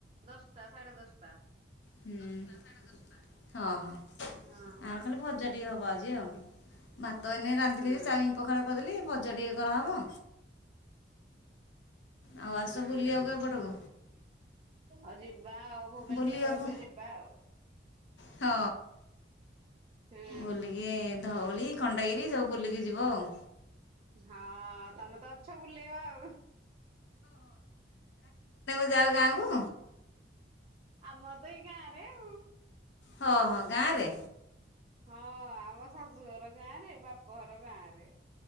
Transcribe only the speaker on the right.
ଦଶଟା ସାଢେ ଦଶଟା।
ହଁ
ହୁଁ
ହୁଁ
ଆଜି ବାହବୁ ଭୁବନେଶ୍ଵର
ଗଲେ ଯିବା ଆଉ।
ହୁଁ
ହଁ ତମେ ତ ଅଛ ବୁଲେଇବ ଆଉ
ଆମର ତ ଏଇ ଗାଁରେ ଆଉ।
ହଁ ଆମ ଶାଶୁଘର ଗାଁ ରେ ବାପ ଘର ଗାଁ ରେ।